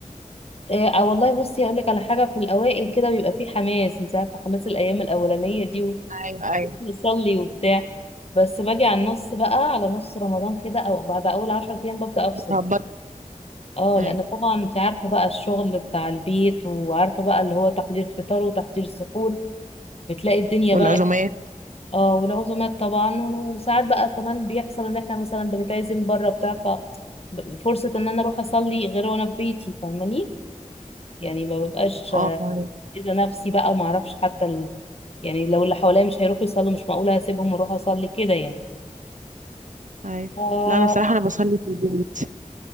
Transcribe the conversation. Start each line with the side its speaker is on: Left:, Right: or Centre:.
Left: آه آه، والله بصي اقول لك على حاجه في الاوائل كده بيبقى فيه حماس انت عارفه حماس الايام الاولانيه دي
Right: ايوه ايوه
Left: ونصلي وبتاع بس باجي على النص بقى على نص رمضان كده او بعد اول 10 ايام ببدا افصل
Right: بتهبطي
Left: اه
Right: ايوه
Left: لان طبعا انت عارفه بقى الشغل بتاع البيت وعارفه بقى اللي هو تحضير فطار وتحضير سحور بتلاقي الدنيا
Right: والعزومات
Left: بقى اه والعزومات طبعا وساعات بقى كمان بيحصل ان احنا مثلا بنتعزم بره بتاع ف فرصة ان انا اروح اصلي غير وانا في بيتي فاهماني يعني ما ببقاش
Right: اه تمام.
Left: اذا نفسي بقى وما اعرفش حتى ال... يعني لو اللي حواليا مش هيروحوا يصلوا مش معقولة هسيبهم واروح اصلي كده يعني
Right: ايوه
Left: ف-
Right: لا انا بصراحه انا بصلي في البيت